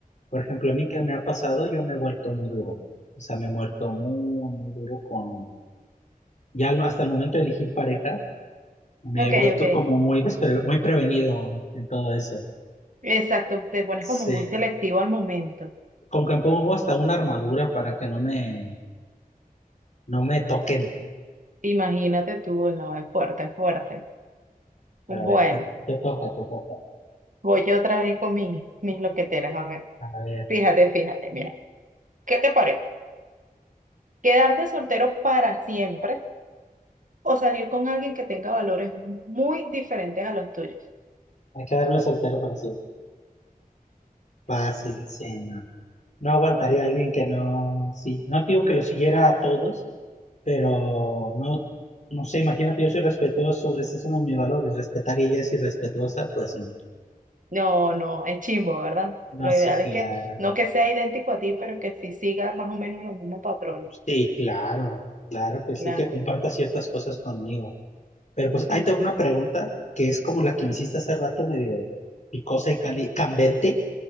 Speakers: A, on the left; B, on the right.
A: por ejemplo, a mí que me ha pasado, yo me he vuelto muy duro. O sea, me he muerto muy, muy duro con, ya al- hasta el momento de elegir pareja, me
B: Ok,
A: he vuelto
B: ok,
A: como muy, despre- muy prevenido en todo eso.
B: exacto, te pones
A: Sí,
B: como muy selectivo al momento.
A: como que me pongo hasta una armadura para que no me, no me toquen.
B: Imagínate tú, no, es fuerte, es fuerte.
A: Para
B: Bueno,
A: ver, te, te toca, te toca.
B: voy yo otra vez con mi- mis loqueteras, a ver.
A: A ver,
B: Fíjate, fíjate, mira, ¿qué te parece? ¿Quedarte soltero para siempre o salir con alguien que tenga valores muy diferentes a los tuyos?
A: hay que darme soltero para siempre. Fácil, sí, no. No aguantaría a alguien que no, sí, no digo que lo siguiera a todos pero no, no sé, imagínate, yo soy respetuoso, ese es uno de mis valores, respetar y ella es irrespetuosa, pues no.
B: No, no, es chimbo, ¿verdad?
A: No,
B: Lo
A: sí,
B: ideal
A: claro.
B: es que no que sea idéntico a ti, pero que sí siga más o menos los mismos patrones.
A: Sí, claro, claro que sí,
B: Claro.
A: que comparta ciertas cosas conmigo. Pero pues ahí
B: Mm.
A: tengo una pregunta que es como la que me hiciste hace rato, medio picosa y cali- candente.